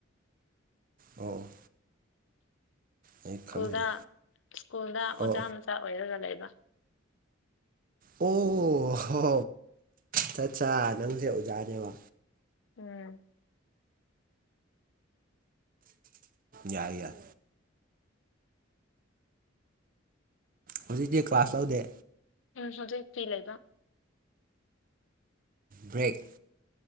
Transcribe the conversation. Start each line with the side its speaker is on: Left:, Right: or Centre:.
Right: ꯑꯣ ꯑꯩ
Left: ꯁ꯭ꯀꯨꯜꯗ
Right: ꯈꯪꯗꯦ
Left: ꯁ꯭ꯀꯨꯜꯗ ꯑꯣꯖꯥ
Right: ꯑꯣ
Left: ꯃꯆꯥ ꯑꯣꯏꯔꯒ ꯂꯩꯕ
Right: ꯑꯣ ꯍꯣ ꯆꯠ ꯆꯥ ꯅꯪꯁꯦ ꯑꯣꯖꯥꯅꯦꯕ
Left: ꯎꯝ
Right: ꯌꯥꯏ ꯌꯥꯏ ꯍꯧꯖꯤꯛꯇꯤ ꯀ꯭ꯂꯥꯁ
Left: ꯎꯝ
Right: ꯂꯧꯗꯦ
Left: ꯎꯝ ꯍꯧꯖꯤꯛ ꯐꯤ ꯂꯩꯕ
Right: ꯕ꯭ꯔꯦꯛ